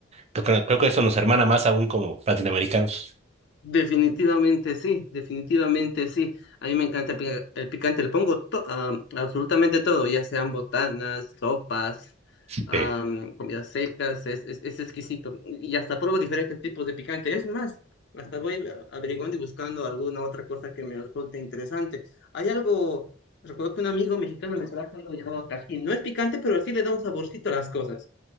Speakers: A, on the right (about 35°); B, on the left (about 60°).
A: Creo, que creo que eso nos hermana más aún como latinoamericanos.
B: Definitivamente sí, definitivamente sí. A mí me encanta el, pica- el picante, le pongo to- a absolutamente todo, ya sean botanas, sopas,
A: Sí.
B: am, comidas secas, es, es, es exquisito. Y hasta pruebo diferentes tipos de picante. Es más, hasta voy a- averiguando y buscando alguna otra cosa que me resulte interesante. Hay algo, recuerdo que un amigo mexicano me trajo algo llamado Tajín. No es picante, pero sí le da un saborcito a las cosas.